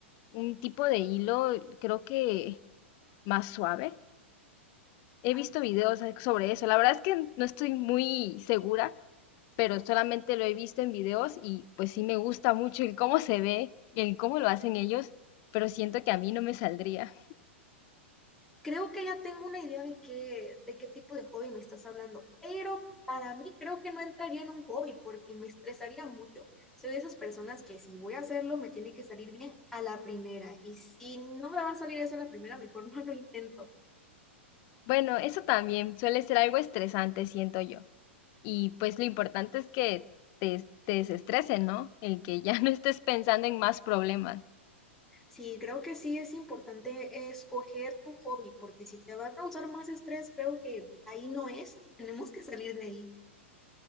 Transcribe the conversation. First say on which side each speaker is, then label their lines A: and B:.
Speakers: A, on the left; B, in the centre.
A: un tipo de hilo, creo que más suave, He
B: Ah,
A: visto videos a- sobre eso. La verdad es que no estoy muy segura, pero solamente lo he visto en videos y pues sí me gusta mucho el cómo se ve, el cómo lo hacen ellos, pero siento que a mí no me saldría.
B: creo que ya tengo una idea de qué, de qué tipo de hobby me estás hablando, pero para mí creo que no entraría en un hobby porque me estresaría mucho. Soy de esas personas que si voy a hacerlo me tiene que salir bien a la primera y si no me va a salir eso a la primera, mejor <laughs> no lo intento.
A: Bueno, eso también suele ser algo estresante, siento yo. Y pues lo importante es que te, te desestresen, ¿no? El que ya <laughs> no estés pensando en más problemas.
B: Sí, creo que sí es importante escoger tu hobby porque si te va a causar más estrés, creo que ahí no es y tenemos que salir de ahí.